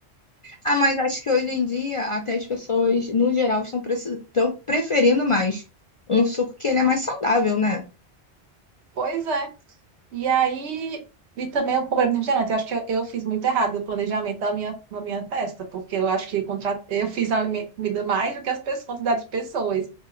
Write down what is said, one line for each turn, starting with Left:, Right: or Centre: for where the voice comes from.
Left: Ah, mas acho que hoje em dia até as pessoas, no geral, estão preci- estão preferindo mais um suco que ele é mais saudável, né?
Right: Pois é. E aí, e também o problema do refrigerante. Eu acho que eu, eu fiz muito errado o planejamento da minha, da minha festa, porque eu acho que contra... eu fiz a me- comida mais do que as pessoas, quantidade de pessoas.